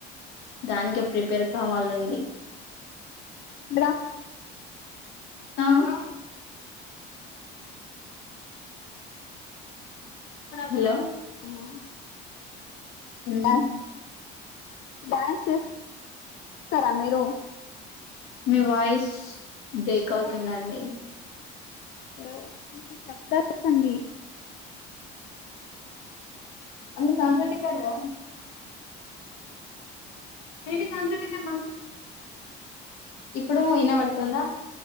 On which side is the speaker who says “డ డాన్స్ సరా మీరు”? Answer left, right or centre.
Left